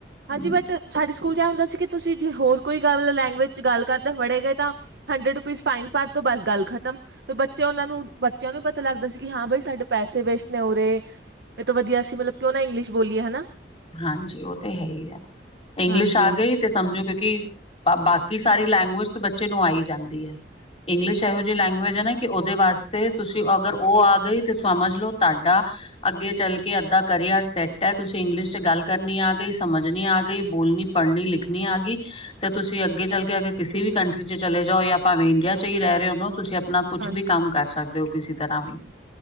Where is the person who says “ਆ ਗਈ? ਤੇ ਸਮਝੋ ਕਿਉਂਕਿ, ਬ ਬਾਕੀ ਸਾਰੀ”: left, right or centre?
Left